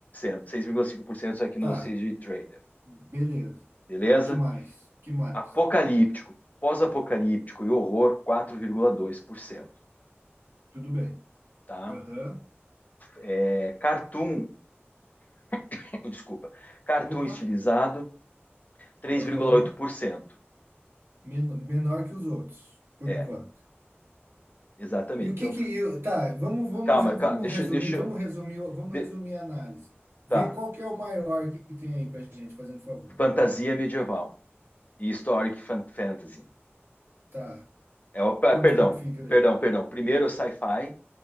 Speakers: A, on the left; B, on the right.
A: 6%, 6,5% aqui no
B: tá,
A: CG Trader,
B: beleza.
A: beleza?
B: Que mais? Que mais?
A: Apocalíptico, pós-apocalíptico e horror, quatro vírgula dois por cento
B: Tudo bem.
A: tá?
B: Aham.
A: É, cartoon, <coughs> desculpa, cartoon
B: Opa.
A: estilizado, três
B: Aham.
A: vírgula oito por cento
B: Men- Menor que os outros, por
A: É,
B: enquanto.
A: exatamente.
B: E o que
A: Então,
B: que eu- tá, vamos vamos
A: calma,
B: já vamos
A: calma deixa,
B: resumir,
A: deixa,
B: vamos resumir, vamos
A: de,
B: resumir a análise. Vê
A: tá.
B: qual que é o maior que tem aí pra gente, fazendo favor.
A: Fantasia medieval e historic fantasy,
B: Tá.
A: É o, ah,
B: Quanto
A: perdão,
B: que fica daí?
A: perdão, perdão. Primeiro é o sci-fi,